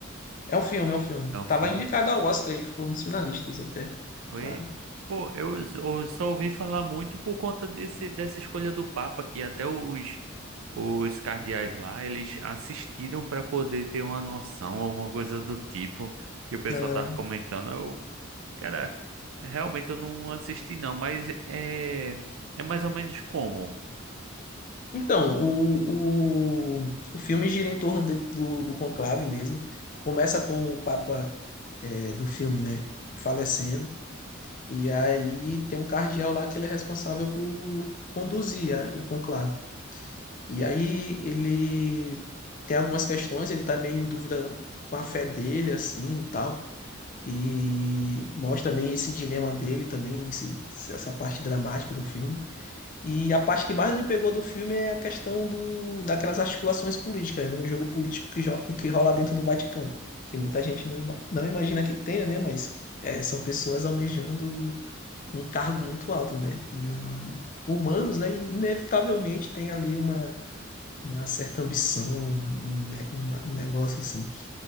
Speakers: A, on the left; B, on the right.
A: É um filme, é um filme.
B: É um filme.
A: Tava indicado ao Oscar e ficou nos finalistas até.
B: Foi.
A: Pra,
B: Pô, eu, s- eu só ouvi falar muito por conta desse, dessa escolha do Papa, que até os, os cardeais lá, eles assistiram pra poder ter uma noção, alguma coisa do tipo, que o pessoal
A: ah,
B: tava comentando. Eu, cara, realmente eu não assisti não, mas é, é mais ou menos como.
A: Então, o, o, o filme gira em torno de- do, do conclave mesmo. Começa com o Papa é, do filme, né, falecendo. E aí tem um cardeal lá que ele é responsável por conduzir é, o conclave. E aí ele tem algumas questões, ele tá meio em dúvida com a fé dele, assim, e tal. E mostra também esse dilema dele também, esse- essa parte dramática do filme. E a parte que mais me pegou do filme é a questão do, daquelas articulações políticas, né? O jogo político que, jo- que rola dentro do Vaticano, que muita gente não, ima- não imagina que tenha, né? Mas é, são pessoas almejando um cargo muito alto, né? E humanos, né? Inevitavelmente tem ali uma, uma certa ambição, um, ne- uma- um negócio assim.